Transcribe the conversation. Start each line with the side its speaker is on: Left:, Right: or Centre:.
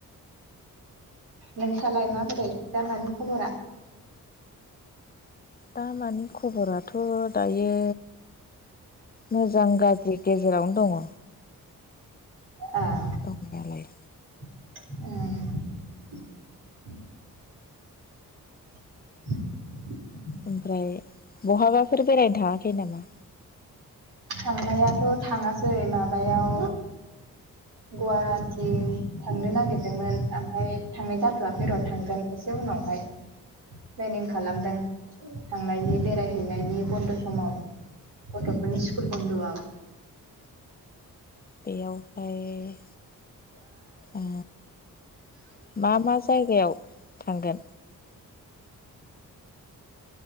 Right: नोंथाङालाय माबोरै दा मानि खबरा
Left: दा मानिे खबराथ' दायो मोजां गाज्रि गेजेरावनो दङ
Right: आ
Left: दं नालाय
Right: ए <unintelligible>
Left: ओमफ्राय बहाबाफोर बेरायनो थाङाखै नामा
Right: थांनायाथ' थाङासै माबायाव गुवाहाटि थांनो नागिरदोंमोन ओमफ्राय थांनाय जाथ'वाखै र' थांगोन एसे उनावहाय प्लेनिं खालामदों थांनायनि बेरायहैनायनि बन्द' समाव गथ'फोरनि स्कुल स्कुल बन्द आव
Left: बेयावहाय ओ मा मा जायगायाव थांगोन